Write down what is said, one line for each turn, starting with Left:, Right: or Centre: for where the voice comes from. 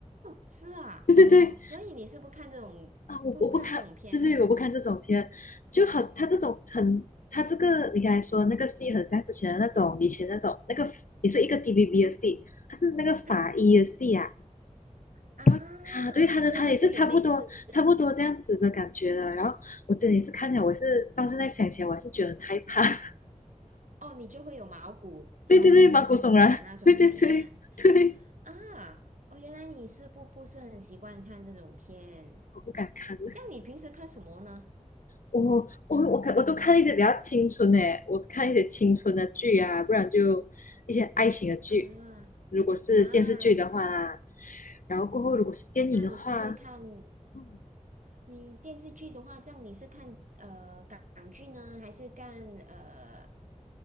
Right: 是啊，
Left: <laughs> 对对对，
Right: 哦，所以你是不看这种不看这种片的？
Left: 啊，我我不看，就是我不看这种片，就好，他这种很，他这个你刚才说那个戏，很像之前的那种，
Right: 嗯
Left: 以前那种那个也是一个 DVB 的戏，他是那个法医的戏啊，
Right: 嗯啊，
Left: 哇啊，对，他的他也是差不多差不多这样子的感觉的。
Right: 对对对，有类似
Left: 然后我真的也是看了，我是到现在想起来，我还是觉得很害怕。<laughs>
Right: 哦，你就会有毛骨毛骨悚然那种感觉
Left: 对对对，毛骨悚然，<laughs> 对对对对，
Right: 啊。哦，原来你是不不是很习惯看这种片，
Left: 我不敢看。
Right: 这样你平时看什么呢？
Left: 我我我看我都看一些比较青春的，我看一些青春的剧啊，不然就一些爱情的剧。
Right: 啊。
Left: 如果是电视剧的话啦，
Right: 啊，
Left: 然后过后如果是电影的话，
Right: 那你是会看
Left: 嗯
Right: 你电视剧的话，这样你是看呃港港剧呢，还是看呃